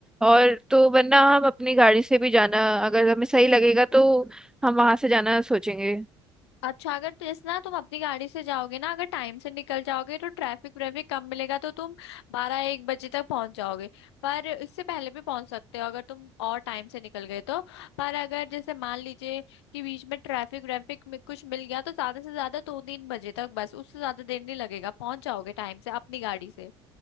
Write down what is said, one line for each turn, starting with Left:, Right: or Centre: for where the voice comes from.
Centre: और तो वरना हम अपनी गाड़ी से भी जाना अगर हमें सही लगेगा तो हम वहां से जाना सोचेंगे
Left: अच्छा अगर तो इस ना तुम अपनी गाड़ी से जाओगे ना अगर टाइम से निकल जाओगे तो ट्रैफिक व्रैफिक कम मिलेगा तो तुम बारह एक बजे तक पहुंच जाओगे पर इससे पहले भी पहुंच सकते हो अगर तुम और टाइम से निकल गए तो पर अगर जैसे मान लीजिए कि बीच में ट्रैफिक व्रैफिक में कुछ मिल गया तो ज्यादा से ज्यादा दो तीन बजे तक बस उससे ज्यादा देर नहीं लगेगा पहुंच जाओगे टाइम से अपनी गाड़ी से